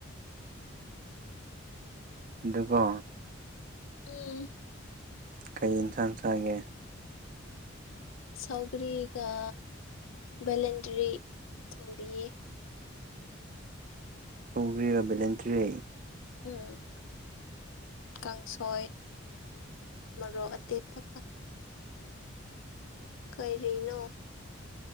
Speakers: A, on the right (about 40°); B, on the left (about 70°).
A: ꯑꯗꯨꯒ
B: ꯎꯝ
A: ꯀꯩ ꯏꯟꯁꯥꯟꯁꯒꯦ
B: ꯁꯥꯎꯒ꯭ꯔꯤꯒ ꯕꯦꯂꯦꯟꯗ꯭ꯔꯤ ꯊꯣꯝꯕꯤꯌꯦ
A: ꯁꯧꯒ꯭ꯔꯤꯒ ꯕꯤꯂꯦꯟꯇ꯭ꯔꯤ
B: ꯎꯝ ꯀꯥꯡꯁꯣꯏ ꯃꯔꯨꯞ ꯑꯇꯦꯛꯄꯒ ꯀꯔꯤꯅꯣ